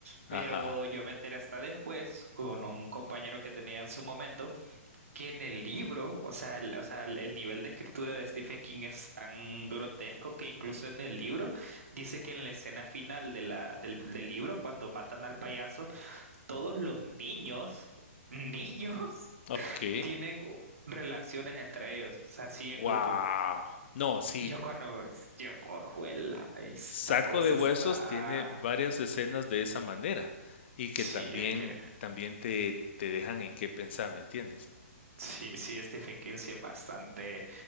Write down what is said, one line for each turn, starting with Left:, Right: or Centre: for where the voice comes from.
Right: pero
Left: Ajá.
Right: yo me enteré hasta después con un compañero que tenía en su momento que en el libro, o sea, el, o sea, el el nivel de escritura de Stephen King es tan grotesco que incluso en el libro dice que en la escena final de la, del, del libro, cuando matan al payaso, todos los niños, niños,
Left: Ok.
Right: <laughs> tienen relaciones entre ellos, o sea, sí,
Left: Wow.
Right: en grupo.
Left: No, sí.
Right: Yo cuando, yo cojo esta
Left: Saco
Right: cosa
Left: de Huesos
Right: está...
Left: tiene varias escenas de esa manera y que
Right: Sí,
Left: también,
Right: es que
Left: también te, te dejan en qué pensar, ¿me entiendes?
Right: sí, sí, Stephen King sí es bastante